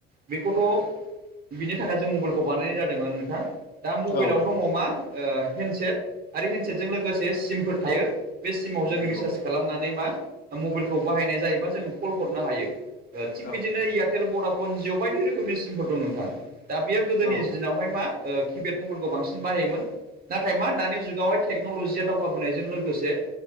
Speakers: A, on the right (about 45°); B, on the left (about 50°).
A: बेखौथ' बिनि थाखाय जों मबेलखौ बानायनाय जादोंमोन नोंथां। दा मबेलाव
B: औ नंगौ
A: दङ मा ओ हेन्दसेट आरो हेन्दसेटजों लोगोसे सिमफोर थायो बे सिमाव जों
B: नंगौ
A: रिसार्ज खालामनानै मा मबेलखौ बाहायनाय जायोबा जोङो कल हरनो हायो ओ थि
B: औ
A: बिदिनो
B: नंगौ
A: एयारटेल भडाफन जिअ' बायदि रोखोमनि सिमफोर दं नोंथां। दा बेयो गोदोनि
B: औ
A: दिनावहाय मा ओ किपेड मबेलखौ बांसिन बाहायोमोन। नाथाय मा दानि जुगावहाय टेक्न'ल'जिया दावगाबोनायजों लोगोसे